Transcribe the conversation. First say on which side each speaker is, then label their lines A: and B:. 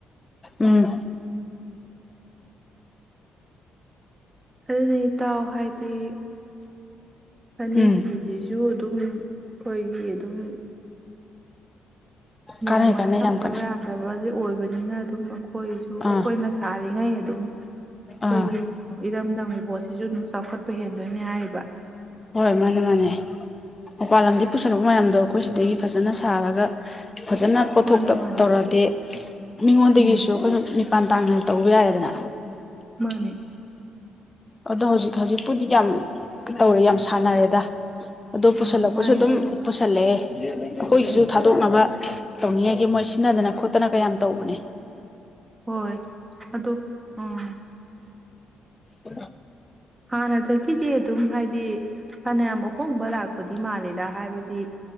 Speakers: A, on the left; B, on the right.
A: ꯎꯝ
B: ꯑꯗꯨꯅꯤ ꯢꯇꯥꯎ ꯍꯥꯏꯗꯤ ꯐꯅꯦꯛ
A: ꯎꯝ
B: ꯐꯤꯁꯤꯁꯨ ꯑꯗꯨꯝ ꯑꯩꯈꯣꯏꯒꯤ ꯑꯗꯨꯝ ꯅꯣꯡꯃꯗ
A: ꯀꯥꯟꯅꯩ ꯀꯥꯟꯅꯩ
B: ꯆꯪꯗꯕ
A: ꯌꯥꯝ ꯀꯥꯟꯅꯩ
B: ꯌꯥꯗꯕꯖꯨ ꯑꯣꯏꯕꯅꯤꯅ ꯑꯗꯨꯝ ꯑꯩꯈꯣꯏꯁꯨ ꯑꯩꯈꯣꯏꯅ
A: ꯑꯥ
B: ꯁꯥꯔꯤꯉꯩ ꯑꯗꯨꯝ ꯑꯩꯈꯣꯏꯒꯤ
A: ꯑꯥ
B: ꯏꯔꯝꯗꯝꯒꯤ ꯄꯣꯠꯁꯤꯁꯨ ꯑꯗꯨꯝ ꯆꯥꯎꯈꯠꯄ ꯍꯦꯟꯗꯣꯏꯅꯦ ꯍꯥꯏꯔꯤꯕ
A: ꯍꯣꯏ ꯃꯥꯅꯦ ꯃꯥꯅꯦ ꯃꯄꯥꯟ ꯂꯝꯗꯒꯤ ꯄꯨꯁꯜꯂꯛꯄ ꯃꯌꯥꯝꯗꯣ ꯑꯩꯈꯣꯏ ꯁꯤꯗꯒꯤ ꯐꯖꯅ ꯊꯥꯔꯒ ꯐꯖꯅ ꯄꯣꯊꯣꯛꯇ
B: ꯃꯥꯅꯦ ꯃꯥꯅꯦ
A: ꯇꯧꯔꯗꯤ ꯃꯤꯉꯣꯟꯗꯒꯤꯁꯨ
B: ꯎꯝ
A: ꯑꯩꯈꯣꯏꯅ ꯃꯄꯥꯟ ꯇꯥꯡꯗꯅ ꯇꯧꯕ ꯌꯥꯔꯦꯗꯅ
B: ꯃꯥꯅꯦ
A: ꯑꯗꯣ ꯍꯧꯖꯤꯛ ꯍꯧꯖꯤꯛꯄꯨꯗꯤ ꯌꯥꯝ ꯇꯧꯔꯦ ꯌꯥꯝ ꯁꯥꯟꯅꯔꯦꯗ ꯑꯗꯣ ꯄꯨꯁꯜꯂꯛꯄꯁꯨ
B: ꯑꯥ ꯃꯥꯅꯦ
A: ꯑꯗꯨꯝ ꯄꯨꯁꯜꯂꯛꯑꯦ ꯑꯩꯈꯣꯏꯒꯤꯁꯨ
B: ꯑꯥ
A: ꯊꯥꯗꯣꯛꯅꯕ ꯇꯧꯅꯤꯡꯉꯥꯏꯒꯤ ꯃꯣꯏ ꯁꯤꯟꯅꯗꯅ ꯈꯣꯠꯇꯅꯀ ꯌꯥꯝ ꯇꯧꯕꯅꯦ
B: ꯍꯣꯏ ꯑꯗꯣ ꯎꯝ
A: ꯎ
B: ꯍꯥꯟꯅꯗꯒꯤꯗꯤ ꯑꯗꯨꯝ ꯍꯥꯏꯗꯤ ꯐꯅꯌꯥꯝ ꯑꯍꯣꯡꯕ ꯂꯥꯛꯄꯗꯤ ꯃꯥꯜꯂꯦꯗ ꯍꯥꯏꯕꯗꯤ